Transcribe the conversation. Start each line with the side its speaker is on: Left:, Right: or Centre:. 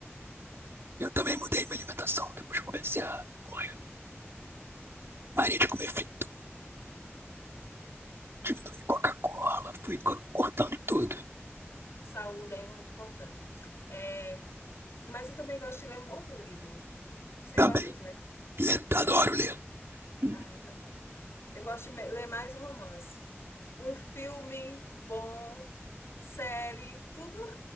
Right: Eu também mudei minha alimentação. Depois que eu comecei a correr. Parei de comer frito, diminui Coca-Cola, fui co- cortando tudo.
Left: Saúde é muito importante. É, mas eu também gosto de ler um bom livro. Você
Right: Também.
Left: gosta de ler?
Right: Ler, adoro ler. Hum,
Left: Ah, eu também. Eu gosto de me- ler mais romance. Um filme bom, série, tudo